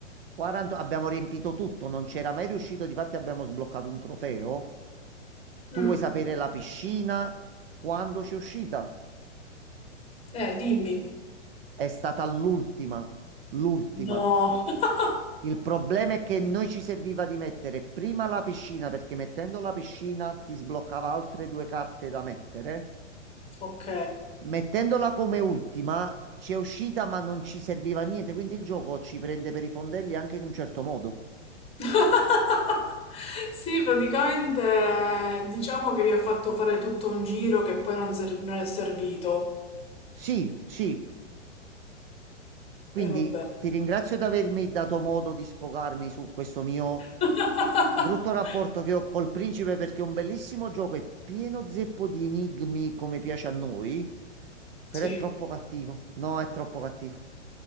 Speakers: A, on the right; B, on the left.
A: 40 abbiamo riempito tutto, non c'era mai riuscito, difatti abbiamo sbloccato un trofeo. Tu
B: Mm.
A: vuoi sapere la piscina quando c'è uscita?
B: Eh, dimmi.
A: È stata l'ultima, l'ultima.
B: No. <laughs>
A: Il problema è che noi ci serviva di mettere prima la piscina, perché mettendo la piscina ti sbloccava altre due carte da mettere.
B: Ok.
A: Mettendola come ultima ci è uscita, ma non ci serviva a niente, quindi il gioco ci prende per i fondelli anche in un certo modo.
B: <laughs> Sì, praticamente eh, diciamo che mi ha fatto fare tutto un giro che poi non, ser- non è servito.
A: Sì, sì, Quindi
B: E vabbè.
A: ti ringrazio di avermi dato modo di sfogarmi su questo mio
B: <laughs>
A: brutto rapporto che ho col principe perché è un bellissimo gioco, è pieno zeppo di enigmi come piace a noi, però
B: Sì.
A: è troppo cattivo. No, è troppo cattivo.